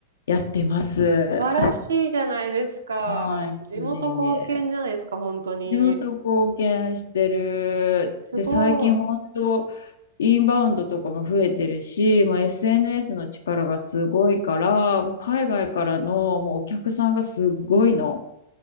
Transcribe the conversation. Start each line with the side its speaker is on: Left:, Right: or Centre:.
Left: やってます。
Right: 素晴らしいじゃないですか。
Left: はい。
Right: 地元貢献じゃないですか、
Left: いえいえ。
Right: 本当に。
Left: 地元貢献してる。
Right: すごい。
Left: で、最近本当、インバウンドとかも増えてるし、まあ、SNS の力がすごいから、もう海外からのもうお客さんがすごいの。